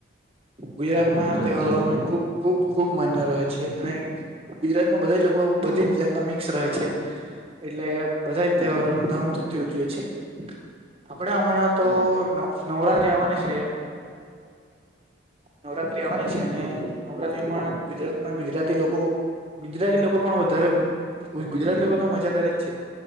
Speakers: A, on the right (about 30°); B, on the left (about 65°).
A: ગુજરાતમાં
B: હા
A: તહેવારો
B: અત્યારે
A: ખુબ ખૂબ ખૂબ માન્ય રહે છે અને ગુજરાતમાં બધા લોકો બધી જ જાતના મિક્સ રહે છે. એટલે બધા જ તહેવારોને ધામધૂમથી ઉજવીએ છે, આપડે હમણાં તો
B: હા
A: નવરાત્રી આવવાની છે. નવરાત્ર્રી આવવાની છે અને નવરાત્રી માં ગુજરાતમાં ગુજરાતી લોકો. ગુજરાતી લોકો પણ વધારે ગુજરાતી લોકો તો મજા કરે જ છે.